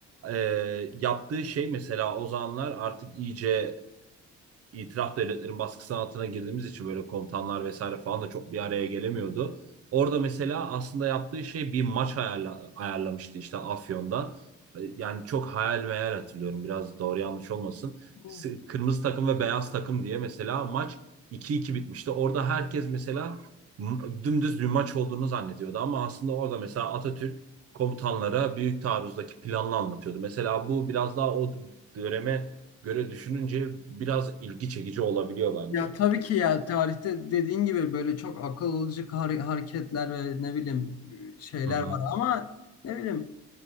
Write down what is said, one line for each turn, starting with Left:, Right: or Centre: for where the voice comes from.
Right: e, yaptığı şey mesela o zamanlar artık iyice itilaf devletlerin baskısı altına girdiğimiz için böyle komutanlar vesaire falan da çok bir araya gelemiyordu. Orada mesela aslında yaptığı şey bir maç ayarla, ayarlamıştı işte Afyon'da. E, Yani çok hayal meyal hatırlıyorum biraz doğru yanlış olmasın.
Left: bu-
Right: Kırmızı takım ve beyaz takım diye mesela maç iki iki bitmişti. Orada herkes mesela dümdüz bir maç olduğunu zannediyordu ama aslında orada mesela Atatürk komutanlara büyük taarruzdaki planını anlatıyordu. Mesela bu biraz daha o döneme göre düşününce biraz ilgi çekici olabiliyor bence.
Left: ya tabii ki ya tarihte dediğin gibi böyle çok akıl alıcı har- hareketler ve ne bileyim şeyler
Right: Hı hı.
Left: var ama ne bileyim